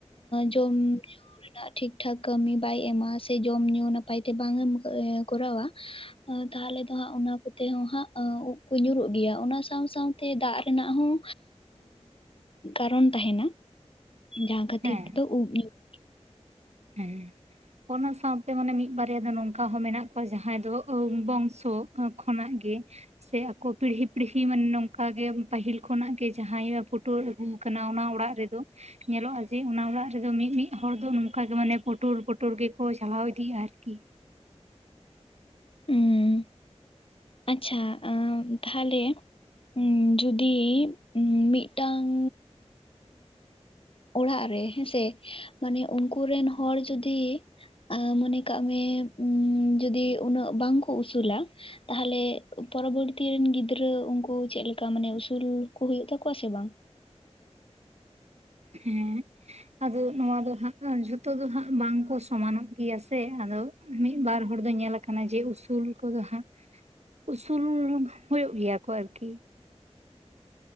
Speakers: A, on the left (about 50°); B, on the right (about 70°).
A: ᱡᱚᱢ ᱧᱩ ᱨᱮᱱᱟᱜ ᱴᱷᱤᱠ ᱴᱷᱟᱠ ᱠᱟᱹᱢᱤ ᱵᱟᱭ ᱮᱢᱟ ᱥᱮ ᱡᱚᱢ ᱧᱩ ᱱᱟᱯᱟᱭ ᱛᱮ ᱵᱟᱝ ᱮᱢ ᱠᱚᱨᱟᱣᱟ᱾ ᱛᱟᱦᱚᱞᱮ ᱫᱚ ᱦᱟᱸᱜ ᱚᱱᱟ ᱠᱚᱛᱮ ᱦᱚᱸ ᱦᱟᱸᱜ ᱩᱵ ᱠᱚ ᱧᱩᱨᱩᱜ ᱜᱮᱭᱟ, ᱚᱱᱟ ᱥᱟᱶ ᱥᱟᱶᱛᱮ ᱛᱮ ᱫᱟᱜ ᱨᱮᱱᱟᱜ ᱦᱚᱸ ᱠᱟᱨᱚᱱ ᱛᱟᱦᱮᱱᱟ᱾ ᱡᱟᱦᱟᱸ ᱠᱷᱟᱹᱛᱤᱨ
B: ᱦᱮᱸ
A: ᱛᱮᱫᱚ ᱩᱵ ᱧᱩᱨᱩ
B: ᱦᱮᱸ ᱚᱱᱟ ᱥᱟᱶᱛᱮ ᱢᱟᱱᱮ ᱢᱤᱫ ᱵᱟᱨᱭᱟ ᱫᱚ ᱱᱚᱝᱠᱟ ᱦᱚᱸ ᱢᱮᱱᱟᱜ ᱠᱚᱣᱟ ᱡᱟᱦᱟᱸᱭ ᱫᱚ ᱵᱚᱝᱥᱚ ᱠᱷᱚᱱᱟᱜ ᱜᱮ, ᱥᱮ ᱟᱠᱚ ᱯᱤᱲᱦᱤ ᱯᱤᱲᱦᱤ ᱢᱟᱱᱮ ᱱᱚᱝᱠᱟᱜ ᱜᱮ ᱯᱟᱹᱦᱤᱞ ᱠᱷᱚᱱᱟᱜ ᱜᱮ ᱡᱟᱦᱟᱸᱭ ᱯᱩᱴᱩᱨ ᱟ ᱜᱩ ᱟᱠᱟᱱᱟ ᱚᱱᱟ ᱚᱲᱟᱜ ᱨᱮᱫᱚ ᱧᱮᱞᱚᱜᱼᱟ ᱡᱮ ᱚᱱᱟ ᱚᱲᱟᱜ ᱨᱮᱫᱚ ᱢᱟ ᱢᱤᱫ ᱦᱚᱲ ᱱᱚᱝ ᱚᱱᱠᱟ ᱜᱮ ᱢᱟᱱᱮ ᱯᱩᱴᱩᱨ ᱯᱩᱴᱩᱨ ᱜᱮᱠᱚ ᱪᱟᱞᱟᱣ ᱤᱫᱤᱜᱼᱟ ᱟᱨᱠᱤ᱾
A: ᱩᱸ ᱟᱪᱷᱟ ᱛᱟᱦᱚᱞᱮ ᱩ ᱡᱩᱫᱤ ᱩ ᱢᱤᱫᱴᱟᱝ ᱚᱲᱟᱜ ᱨᱮ ᱦᱮᱸᱥᱮ ᱢᱟᱱᱮ ᱩᱱᱠᱩ ᱨᱮᱱ ᱦᱚᱲ ᱡᱩᱫᱤ <unintelligible> ᱢᱚᱱᱮ ᱠᱟᱜ ᱢᱮ ᱡᱚᱫᱤ ᱩᱱᱟᱹᱜ ᱵᱟᱝᱠᱚ ᱩᱥᱩᱞᱟ, ᱛᱟᱦᱚᱞᱮ ᱯᱚᱨᱚᱵᱚᱨᱛᱤ ᱨᱮᱱ ᱜᱤᱫᱽᱨᱟᱹ ᱩᱱᱠᱩ ᱪᱮᱫᱠᱟ ᱢᱟᱱᱮ ᱩᱥᱩᱞ ᱠᱚ ᱦᱩᱭᱩᱜ ᱛᱟᱠᱚᱣᱟ ᱥᱮ ᱵᱟᱝ?
B: ᱦᱮᱸ ᱟᱫᱚ ᱱᱚᱣᱟ ᱫᱚ ᱦᱟᱸᱜ ᱡᱷᱚᱛᱚ ᱫᱚ ᱦᱟᱸᱜ ᱵᱟᱝᱠᱚ ᱥᱚᱢᱟᱱᱚᱜ ᱜᱮᱭᱟ ᱥᱮ ᱟᱫᱚ ᱢᱤᱫᱵᱟᱨ ᱦᱚᱲ ᱫᱚ ᱧᱮᱞᱟ ᱠᱟᱱᱟ ᱡᱮ ᱩᱥᱩᱞ ᱠᱚᱫᱚ ᱦᱟᱸᱜ ᱩᱥᱩᱞ ᱦᱳ ᱜᱮᱭᱟ ᱠᱚ ᱟᱨᱠᱤ᱾